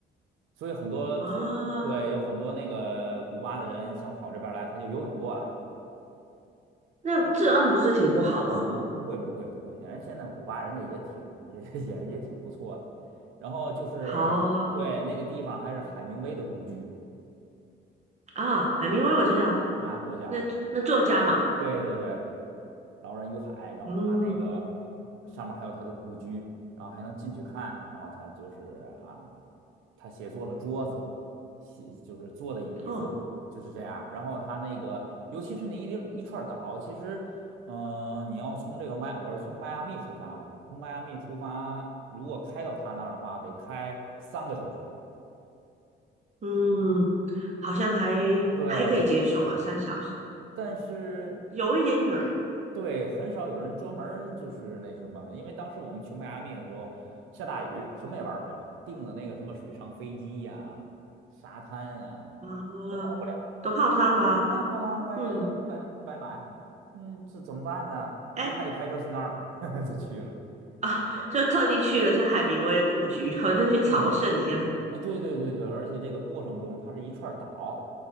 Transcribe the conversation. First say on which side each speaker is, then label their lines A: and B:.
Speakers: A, on the right; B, on the right.
A: 所以很多偷，
B: 啊，
A: 对，有很多那个古巴的人想跑这边儿来，他就游泳过来。
B: 那治安不是挺不好吗？
A: 嗯，不，不会，不会，不会。显然现在古巴人家也挺也 <laughs> 也也挺不错的。然后就是对那个地方还是海明威的故居，
B: 好啊，海明威我知道，
A: 就是啊，作家。
B: 那那作家嘛。
A: 对对对，《老人与海》，然后他那个
B: 嗯，
A: 上面还有他的故居，然后还能进去看，然后他就是啊，他写作的桌子，写就是坐的椅子就是这样然后他那个尤其是那一一串岛，
B: 哦，
A: 其实嗯、呃你要从这个迈，我是从迈阿密出发嘛，从迈阿密出发，如果开到他那儿的话，得开三个小时，
B: 嗯，好像还还可以接受啊，
A: 对。
B: 三小时
A: 但是
B: 有一点远
A: 对，很少有人专门儿就是那什么，因为当时我们去迈阿密的时候下大雨，什么也玩不了，订的那个什么水上飞机呀、沙滩呀、
B: 啊。哦都泡汤啦、
A: 都玩不了，啊，泡汤了，白白白买，
B: 嗯，
A: 嗯，这怎么办呢？
B: 哎
A: 一看就开车去那儿吧，<laughs> 就去了，
B: 啊，
A: 挺不错。
B: 就特地去了这海明威的故居，好像去朝圣一样。
A: 对，啊，对对对对，而且这个过程中它是一串儿岛，